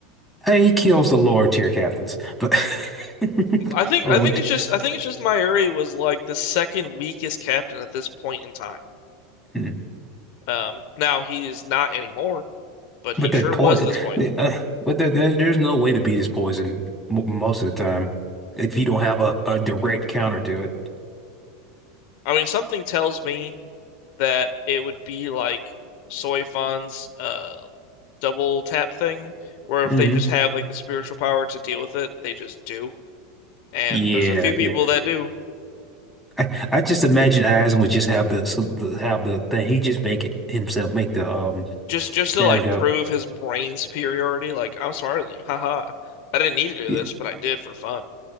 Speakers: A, in the centre; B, on the left.
A: Uh, he kills the lower tier captains, but <laughs>
B: I think
A: low.
B: I think
A: t-
B: it's just I think it's just Mairi was like the second weakest captain at this point in time.
A: hmm.
B: Um, now he is not anymore, but
A: But
B: he sure
A: that poison,
B: was at this point.
A: uh, but there there- there's no way to beat his poison m most of the time if you don't have a, a direct counter to it.
B: I mean, something tells me that it would be like Soifan's uh double tap thing, where
A: hmm
B: if they just have like the spiritual power to deal with it, they just do. And
A: Yeah,
B: there's a few people
A: yeah.
B: that do.
A: I, I just imagine Aizen would just have the, so- the have the thing. He just make it himself, make the um
B: Just just to
A: the
B: like
A: antidote.
B: prove his brain superiority, like I'm smarter than you. Haha. I didn't need to do
A: Yeah.
B: this, but I did for fun.